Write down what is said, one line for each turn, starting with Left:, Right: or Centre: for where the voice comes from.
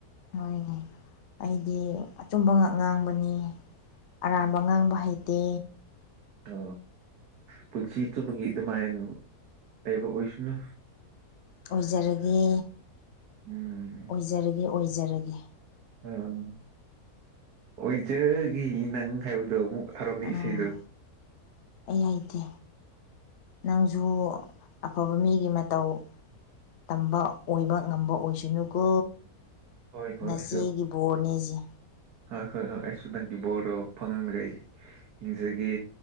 Left: ꯍꯣꯏꯅꯦ ꯑꯩꯗꯤ ꯑꯆꯨꯝꯕ ꯉꯥꯛ ꯉꯥꯡꯕꯅꯤ ꯑꯔꯥꯟꯕ ꯉꯥꯡꯕ ꯍꯩꯇꯦ
Right: ꯑ ꯄꯨꯟꯁꯤ ꯆꯨꯞꯄꯒꯤ ꯑꯗꯨꯃꯥꯏꯅ ꯂꯩꯕ ꯑꯣꯏꯁꯅꯨ
Left: ꯑꯣꯏꯖꯔꯒꯦ
Right: ꯎꯝ
Left: ꯑꯣꯏꯖꯔꯒꯦ ꯑꯣꯏꯖꯔꯒꯦ
Right: ꯑꯝ ꯑꯣꯏꯖꯒꯤ ꯅꯪ ꯍꯥꯏꯕꯗꯣ ꯑꯃꯨꯛ ꯊꯥꯔꯛꯅꯤ
Left: ꯎꯝ
Right: ꯏꯁꯩꯗꯣ
Left: ꯑꯩ ꯍꯩꯇꯦ ꯅꯪꯁꯨ ꯑꯐꯕ ꯃꯤꯒꯤ ꯃꯇꯧ ꯇꯝꯕ ꯑꯣꯏꯕ ꯉꯝꯕ ꯑꯣꯏꯁꯅꯨꯀꯣ
Right: ꯍꯣꯏ ꯍꯣꯏ
Left: ꯅꯆꯦꯒꯤ
Right: ꯑꯩꯁꯨ
Left: ꯕꯣꯔꯅꯦꯁꯦ
Right: ꯍꯣꯏ ꯍꯣꯏ ꯍꯣꯏ ꯑꯩꯁꯨ ꯅꯪꯒꯤ ꯕꯣꯔꯣ ꯐꯪꯉꯪꯂꯒꯦ ꯍꯤꯡꯖꯒꯦ